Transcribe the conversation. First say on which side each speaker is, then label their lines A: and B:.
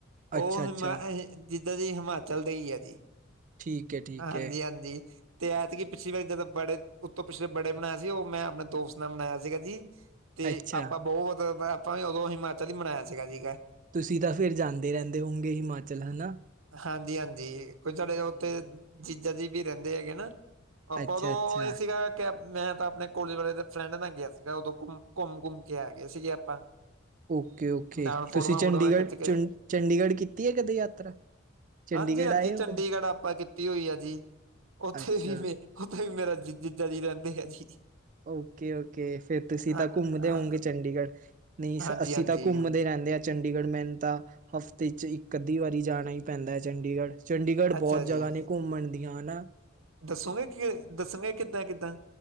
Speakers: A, on the right; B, on the right.
A: ਅੱਛਾ
B: ਉਹ
A: ਅੱਛਾ
B: ਹਿਮਾ ਜਿੱਦਾਂ ਦੀ ਹਿਮਾਚਲ ਦੇ ਹੀ ਹੈ ਜੀ
A: ਠੀਕ ਹੈ ਠੀਕ
B: ਹਾਂਜੀ
A: ਹੈ
B: ਹਾਂਜੀ ਤੇ ਐਤਕੀ ਪਿਛਲੀ ਵਾਰੀ ਜਦ ਬੜੇ ਉਤੋਂ ਪਿਛਲੇ ਬੜੇ ਬਨਾਇਆ ਸੀ ਉਹ ਮੈਂ ਆਪਣੇ ਦੋਸਤ ਨਾਲ ਬਨਾਇਆ ਸੀਗਾ ਜੀ ਤੇ
A: ਅੱਛਾ
B: ਆਪਾਂ ਬੋਤ ਆਪਾਂ ਵੀ ਉਦੋ ਹਿਮਾਚਲ ਹੀ ਮਨਾਇਆ ਸੀਗਾ।
A: ਤੁਸੀ ਤਾਂ ਫਿਰ ਜਾਂਦੇ ਰੈਂਦੇ ਹੋਗੇ ਹਿਮਾਚਲ ਹਨਾ-
B: ਹਾਂਜੀ- ਹਾਂਜੀ ਕੋ ਸਾਡੇ ਉਥੇ
A: ਹੂੰ।
B: ਜੀਜਾ ਜੀ ਵੀ ਰੈਂਦੇ ਹੈਗੇ ਨਾ- ਆਪਾਂ
A: ਅੱਛਾ
B: ਉਦੋ
A: ਅੱਛਾ
B: ਇਹ ਸੀਗਾ ਕਿ- ਮੈ ਤਾਂ ਆਪਣੇ ਕੋਲੇਜ ਵਾਲੇ ਦੇ ਫਰੈਡ ਨਾਲ ਗਿਆ ਸੀਗਾ ਉਦੋ ਘੁੰਮ- ਘੁੰਮ- ਘੁੰਮ ਕੇ ਆ ਗਏ ਸੀਗੇ ਆਪਾਂ-
A: ਓਕੇ- ਓਕੇ
B: ਨਾਲ ਫੋਟੋਆਂ
A: ਤੁਸੀ
B: ਫੋਟੋਆਂ
A: ਚੰਡੀਗੜ੍ਹ
B: ਖਿੱਚ ਕੇ
A: 'ਚ ਚੰਡੀਗੜ੍ਹ ਕੀਤੀ ਹੈ। ਕਦੇ ਯਾਤਰਾ ਚੰਡੀਗੜ੍ਹ
B: ਹਾਂਜੀ ਹਾਂਜੀ
A: ਆਏ
B: ਚੰਡੀਗੜ੍ਹ
A: ਹੋ ਕਦੇ
B: ਆਪਾਂ ਕੀਤੀ ਹੋਈ ਆ ਜੀ ਉੱਥੇ
A: ਅੱਛਾ
B: ਵੀ ਮ ਉਥੇ ਵੀ ਮੇਰਾ ਜ ਜੀਜਾ ਜੀ ਰੈਂਦੇ ਆ ਜੀ
A: ਓਕੇ ਓਕੇ ਫੇਿਰ ਤੁਸੀਂ
B: ਹਾਂ-
A: ਤਾਂ ਘੁੰਮਦੇ
B: ਹਾਂ-
A: ਹੋਓਗੇ ਚੰਡੀਗੜ੍ਹ ਨਹੀਂ
B: ਹਾਂਜੀ
A: ਅਸੀਂ
B: ਹਾਂਜੀ
A: ਤਾਂ ਘੁੰਮਦੇ ਰਹਿੰਦੇ ਹਾਂ ਚੰਡੀਗੜ੍ਹ ਮੈਨੂੰ ਤਾਂ ਹਫ਼ਤੇ ਚ ਇੱਕ ਅੱਧੀ ਵਾਰੀ ਜਾਣਾ ਹੀ ਪੈਂਦਾ ਹੈ ਚੰਡੀਗੜ੍ਹ ਚੰਡੀਗੜ੍ਹ
B: ਅੱਛਾ
A: ਬੋਤ ਜਗ੍ਹਾ
B: ਜੀ
A: ਨੇ ਘੁੰਮਣ ਦੀਆਂ ਹਨਾ
B: ਦੱਸੋਗੇ ਕਿ ਦੱਸਾਂਗੇ ਕਿੱਦਾਂ ਕਿੱਦਾਂ